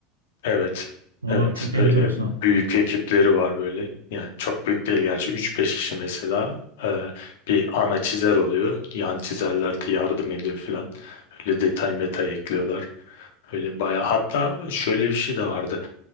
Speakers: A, on the left; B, on the right.
A: Evet.
B: Oo,
A: Evet.
B: çok
A: Öyle
B: enteresan.
A: büyük ekipleri var böyle. Yani çok büyük değil gerçi üç beş kişi mesela e, bir ana çizer oluyor. Yan çizerler de yardım ediyor filan. Öyle detay meta ekliyorlar. Öyle bayağı. Hatta şöyle bir şey de vardı.